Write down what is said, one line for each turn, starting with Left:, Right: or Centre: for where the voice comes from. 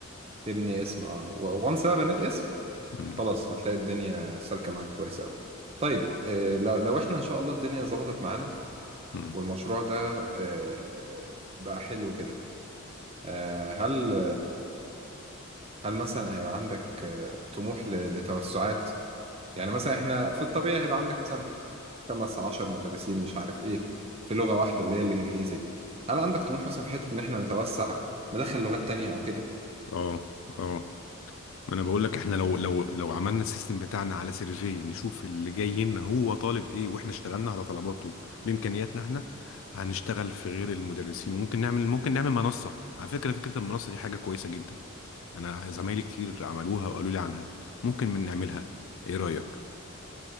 Right: تبني اسم اه وانس بقى بنيت اسم
Left: امم
Right: خلاص هتلاقي الدنيا سالكه معاك كويس قوي طيب آه، لو لو احنا ان شاء الله الدنيا ظبطت معانا
Left: امم
Right: والمشروع ده آه، بقى حلو كده آه، هل هل مثلا هيبقى عندك آه، طموح ل- لتوسعات يعني مثلا احنا في الطبيعي هيبقى عندك مثلا خمس عشر مدرسين مش عارف ايه في لغة واحدة اللي هي الانجليزي هل عندك طموح مثلا في حتة ان احنا نتوسع ندخل لغات تانية او كده
Left: اه اه ما انا بقول لك احنا لو لو لو عملنا السيستم بتاعنا على سيرفي نشوف اللي جاي لنا هو طالب ايه واحنا اشتغلنا على طلباته بامكانياتنا احنا هنشتغل في غير المدرسين وممكن نعمل ممكن نعمل منصة على فكرة فكرة المنصة دي حاجة كويسة جدا انا زمايلي كتير عملوها وقالوا لي عنها ممكن من نعملها ايه رأيك